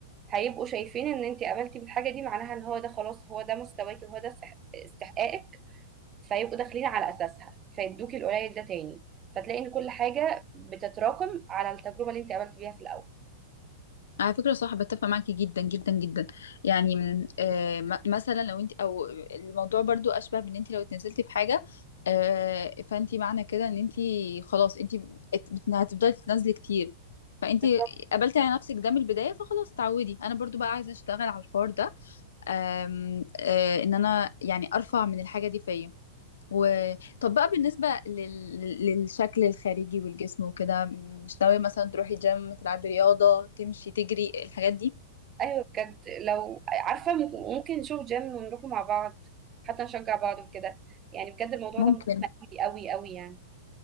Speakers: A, on the right; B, on the left.
A: هيبقوا شايفين ان انت قابلتي بالحاجه دي معناها ان هو ده خلاص هو ده مستواكي وهو ده استحقاقك فيبقوا داخلين على اساسها فيدوكي القليل ده تاني فتلاقي ان كل حاجه بتتراكم على التجربه اللي انت قابلت بيها في الاول
B: على فكرة صح بتفق معاكي جدا جدا جدا يعني من آه م- مثلا لو انت او الموضوع برضو اشبه بان انت لو اتنزلتي في حاجة آه فانت معنى كده ان انت خلاص انت ات- بت- هتفضلي تتنازلي كتير فانت
A: بالظبط
B: قبلتي على نفسك ده من البداية فخلاص تعودي انا برضو بقى عايزة اشتغل على الحوار ده آم، آه ان انا يعني ارفع من الحاجة دي فيا و... طب بقى بالنسبة لل... للشكل الخارجي والجسم وكده مش ناوية مثلا تروحي جيم تلعبي رياضة تمشي تجري الحاجات دي
A: ايوه بجد لو عارفه ممكن ممكن نشوف جيم ونروح مع بعض حتى نشجع بعض وكده يعني بجد الموضوع
B: ممكن
A: ده مهم قوي قوي قوي يعني